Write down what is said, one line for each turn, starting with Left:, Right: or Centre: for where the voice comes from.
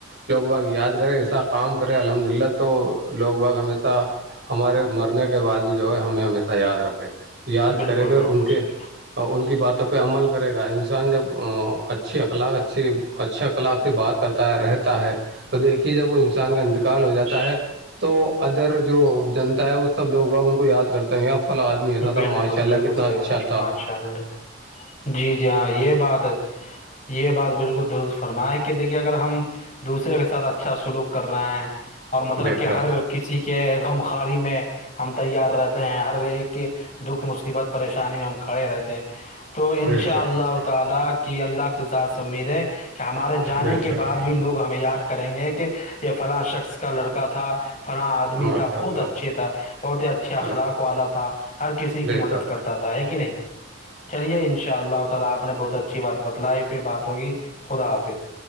Right: لوگ بگ یاد کرے ایسا کام کرے الحمد للہ تو تو لوگ باگ ہمیشہ ہمارے مرنے کے بعد بھی جو ہے ہمیں ہمیشہ یاد رکھے یاد
Left: بالکل
Right: کرے گ
Left: بالکل
Right: ان کے
Left: صحیح
Right: اور ان کی باتوں پہ عمل کرے گا انسان جب اچھی اخلاق ا ا سے اچھا کلاق سے بات کرتا ہے رہتے ہے تو دیکھیے جب وہ انسان کا انتقال ہو جاتا ہے تو ادر جو جنتا ہے وہ سب لوگ باگ ان کو یاد کرتے ہیں یا فلاں آدمی ایسا
Left: بالکل
Right: تھا ماشاء اللہ
Left: بالکل
Right: کتنا
Left: صحیح
Right: اچھا تھا
Left: ماشاء اللہ جی جی ہاں یہ بات یہ بات بالکل درست فرمائے کہ دیکھیے اگر ہم دوسرے کے ساتھ اچھا سلوک کر رہے ہیں اور مطلب
Right: بے
Left: کہ
Right: شک
Left: ہر کسی کے غمخاری میں ہم تیار رہتے ہیں ہر ایک کے دکھ مصیبت پریشانی میں ہم کھڑے رہتے ہیں تو ان
Right: بے
Left: شاء
Right: شک
Left: اللہ تعالی کی اللہ کی ساز امید ہے کہ ہمارے جانے
Right: بے
Left: کے
Right: شک
Left: بعد بھی لوگ ہمیں یاد کریں گے کہ یہ فلاں شخص کا لڑکا تھا فلاں آدمی
Right: ماشاء
Left: تھا بہت
Right: اللہ
Left: اچھے تھا بہت ہی اچھا اخلاق
Right: اللہ
Left: والا تھا ہر کسی
Right: بے
Left: کی مدد
Right: شک
Left: کرتا تھا ہے کہ نہیں چلیے ان شاء اللہ تعالی آپ نے بہت اچھی بات بتلائی پھر بات ہوگی خدا حافظ